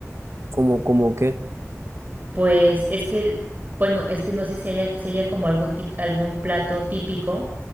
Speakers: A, on the right; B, on the right.
A: Como, como que,
B: Pues es que, bueno, es que no sé si haya, si haya como algún tip- algún plato típico